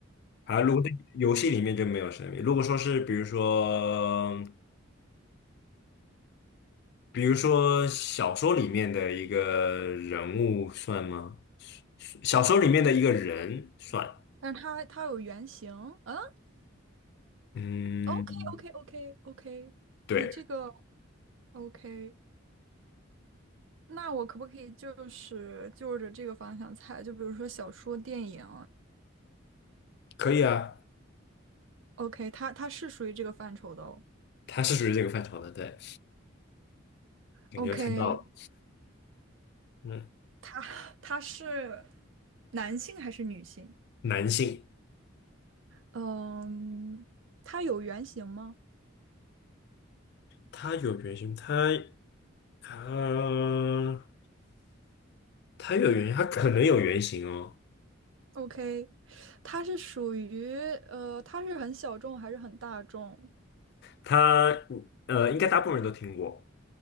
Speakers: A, on the left (about 55°); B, on the right (about 70°).
A: 啊，如果是游戏里面就没有生命。如果说是比如说比如说小说里面的一个人物算吗？小说里面的一个人算，
B: 但他他有原型，嗯
A: 嗯，
B: ，OK OK OK OK，
A: 对，
B: 你这个 OK，那我可不可以就是就着这个方向猜？就比如说小说、电影
A: 可以啊，
B: ，OK，他他是属于这个范畴的哦。
A: 他是属于这个范畴的，对，感觉看到了，
B: OK，
A: 嗯，
B: 他他是男性还是女性？
A: 男性，
B: 嗯，他有原型吗
A: 他有原型，他他他有原型，他可能有原型哦，
B: ？OK，他是属于呃，他是很小众还是很大众
A: 他呃，应该大部分人都听过，